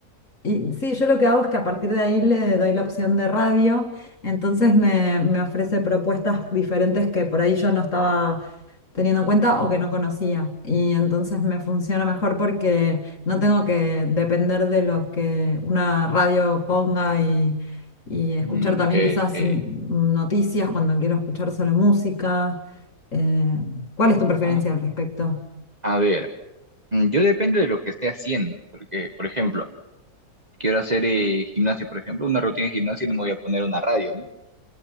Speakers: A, on the left (about 50°); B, on the right (about 25°).
A: y sí, yo lo que hago es que a partir de ahí le doy la opción de radio, entonces me, me ofrece propuestas diferentes que por ahí yo no estaba teniendo en cuenta o que no conocía. Y entonces me funciona mejor porque no tengo que depender de lo que una radio ponga y, y escuchar
B: Mm,
A: también
B: ok,
A: quizás
B: ok.
A: mm, noticias cuando quiero escuchar solo música. Eh, ¿cuál es tu preferencia
B: Ah,
A: al respecto?
B: a ver, mm, yo depende de lo que esté haciendo, porque, por ejemplo, quiero hacer eh, gimnasio, por ejemplo, una rutina de gimnasio y no me voy a poner una radio, ¿no?